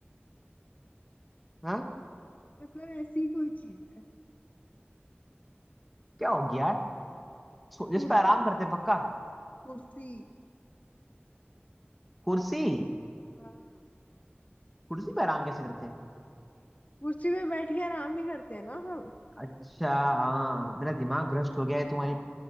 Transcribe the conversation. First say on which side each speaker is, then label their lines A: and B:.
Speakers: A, in the centre; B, on the left.
A: हाँ
B: मतलब ऐसी ही कोई चीज है
A: क्या हो गया यार सो- जिस
B: कुर्स,
A: पे आराम करते पक्का
B: कुर्सी
A: कुर्सी
B: हाँ
A: कुर्सी पे आराम कैसे करते
B: कुर्सी पे बैठ के आराम ही करते हैं ना हम
A: अच्छा हाँ मेरा दिमाग भ्रष्ट हो गया है तुम्हारी